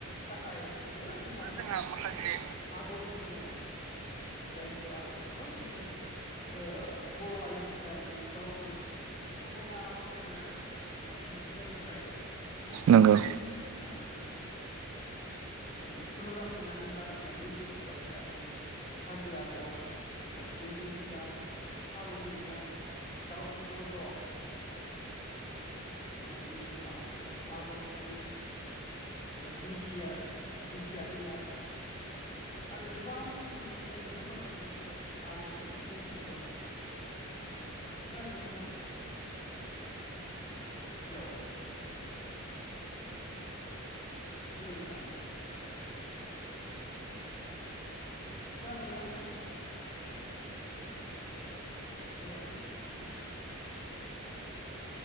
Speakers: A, on the left; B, on the right.
A: थाखायबो जोंहा
B: जोंहा माखासे
A: आगरफोर दङ जायफोर आगरफोरखौ जोङो ओ बर' आइजोफोरा माने गावनो समायना रमायना ओ मिथिंगानिफ्राय माने
B: नंगौ
A: आ माने थुलुंगाखांनानै बानायनाय बैफोर बिबारफोरा जेरै हाजो आगर बैग्रि बिबार फारौ मेगन दाउथु गद' बेनि उनावहाय जों आगर गुबै दिंखिया दिंखिया बिलाइ आरो गोबां रोखोमनि बेबायदिनो माखासेफोर आगरफोरनि बुंफोर दङ खोनादों नोंथां? हेल'। हेल' नोंथां खोनादोंना नोंथां? हेल'।